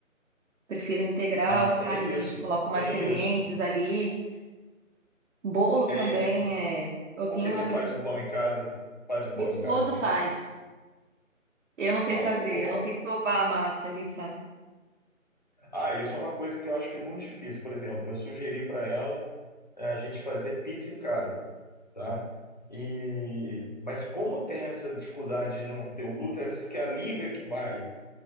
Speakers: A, on the right; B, on the left.
A: Prefiro integral,
B: Ah, tem
A: sabe? Que
B: isso,
A: a gente coloca umas
B: tem
A: sementes
B: isso,
A: ali. Bolo
B: é
A: também
B: isso.
A: é. Eu tenho
B: Porque
A: uma
B: você
A: vez.
B: faz o pão em casa, faz o
A: Meu
B: pão
A: esposo
B: em casa
A: faz.
B: também?
A: Eu não sei
B: Olha
A: fazer.
B: que bom.
A: Eu não sei sovar a massa ali, sabe?
B: Ah, isso é uma coisa que eu acho que é muito difícil. Por exemplo, eu sugeri para ela eh, a gente fazer pizza em casa. tá? E, mas como tem essa dificuldade de não ter o glúten, ela diz que é a liga que vai,